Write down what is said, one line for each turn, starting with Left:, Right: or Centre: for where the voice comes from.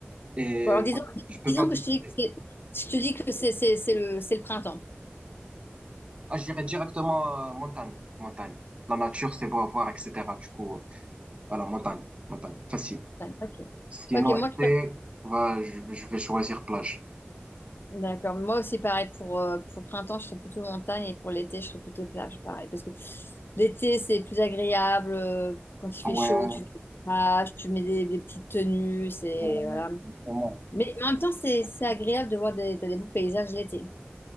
Right: Et
Left: Bon, alors
Right: voilà,
Left: disons,
Right: je peux
Left: disons
Right: pas décider.
Left: que je te dis que c'est, je te dis que c'est c'est- c'est le, c'est le printemps.
Right: Ah, je dirais directement euh, montagne, montagne. La nature, c'est beau à voir, etc. Du coup, euh, voilà, montagne, montagne, facile.
Left: Ok.
Right: Sinon,
Left: Ok, moi,
Right: été, bah, je, je vais choisir plage.
Left: D'accord. Moi aussi, pareil, pour, euh, pour le printemps, je serais plutôt montagne et pour l'été, je serais plutôt plage, pareil. Parce que l'été, c'est plus agréable. euh, Quand il
Right: Ouais,
Left: fait chaud, tu vas à la plage, tu mets des, des petites tenues, c'est,
Right: euh,
Left: voilà.
Right: justement.
Left: Mais en même temps, c'est c'est agréable de voir des, t'as des beaux paysages l'été.